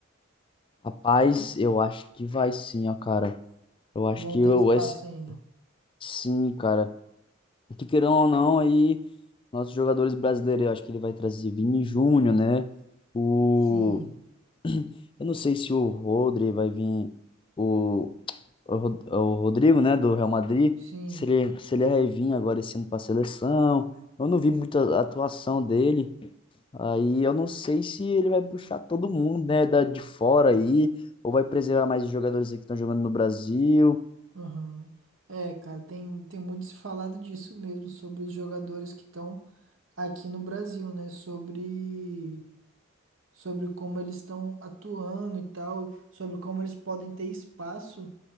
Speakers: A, on the left (about 25°); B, on the right (about 75°).
A: Rapaz, eu acho que vai sim, ó, cara. Eu acho
B: Vão
A: que
B: ter
A: eu,
B: espaço
A: esse,
B: ainda?
A: sim, cara. que queiram ou não, aí nossos jogadores brasileiros, eu acho que ele vai trazer Vini Júnior, né? O
B: Sim,
A: <clears throat> eu não sei se o Rodri vai vir o o Rod- o Rodrigo, né, do Real Madrid,
B: sim,
A: se ele se ele vai vir agora esse ano para a seleção. Eu não vi muita atuação dele. Aí eu não sei se ele vai puxar todo mundo, né, da de fora aí, ou vai preservar mais os jogadores aqui que estão jogando no Brasil.
B: aham. É, cara, tem, tem muito se falado disso mesmo, sobre os jogadores que estão aqui no Brasil, né? Sobre, sobre como eles estão atuando e tal, sobre como eles podem ter espaço